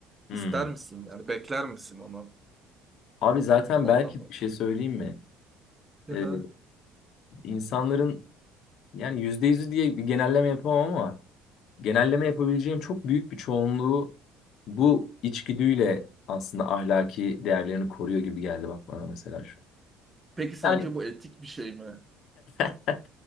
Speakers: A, on the left; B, on the right.
A: hmm.
B: ister misin? Yani bekler misin onu?
A: Abi zaten
B: Anlamadım.
A: belki bir şey söyleyeyim mi?
B: Hı
A: E,
B: hı.
A: insanların yani yüzde yüzü diye bir genelleme yapamam ama genelleme yapabileceğim çok büyük bir çoğunluğu bu içgüdüyle aslında ahlaki değerlerini koruyor gibi geldi bak bana mesela şu an.
B: Peki sence
A: Yani
B: bu etik bir şey mi?
A: <laughs>